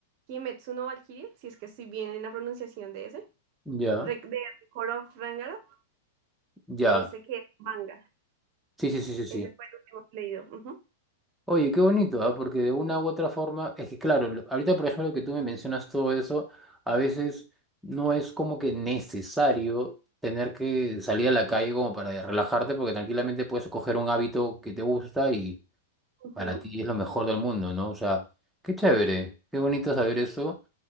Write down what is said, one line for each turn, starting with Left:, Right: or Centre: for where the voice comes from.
Right: Kimetsu no Valkyrie, si es que estoy bien en la pronunciación de ese,
Centre: ya,
Right: Re- de Record of Ragnarok.
Centre: ya.
Right: Ese que es manga.
Centre: Sí, sí, sí, sí, sí.
Right: Ese fue el último que he leído. Ujú,
Centre: Oye, qué bonito, ¿ah? Porque de una u otra forma, es que claro, lo- ahorita por ejemplo que tú me mencionas todo eso, a veces no es como que necesario tener que salir a la calle como para relajarte, porque tranquilamente puedes coger un hábito que te gusta y
Right: ujú,
Centre: para ti es lo mejor del mundo, ¿no? O sea, qué chévere, qué bonito saber eso.